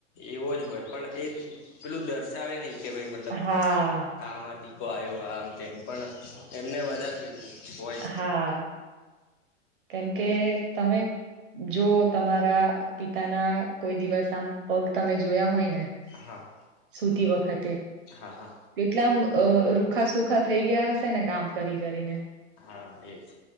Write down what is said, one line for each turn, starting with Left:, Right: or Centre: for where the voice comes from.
Left: એવો જ હોય પણ એ પેલું દર્શાવે નહી કે ભાઈ મતલબ
Right: હા
Left: આ અમારા થી કો આવ્યો આમ તેમ પણ એમને વધારે પીલું હોય
Right: હા કેમ કે તમે જો તમારા પિતા ના કોઈ દિવસ આમ પગ તમે જોયા હોય ને
Left: હા
Right: સુતી વખત
Left: હા હા
Right: કેટલામ અ રૂખા સુખા થઈ ગયા હશે ને કામ કરી કરીને
Left: હા એ છે